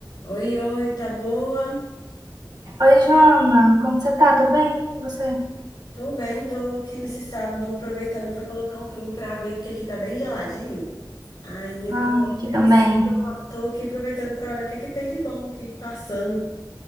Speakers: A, on the left; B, on the right.
A: Oi, oi, tá boa?
B: Oi, Joana, como você tá? Tô bem? E Você?
A: Tô bem, tô aqui nesse sábado aproveitando pra colocar um filme pra ver, porque aqui tá bem geladinho. Aí eu
B: Ai,
A: tô com uma
B: aqui
A: preguicinha,
B: também.
A: tô, tô aqui aproveitando pra olhar o que que tem de bom aqui passando.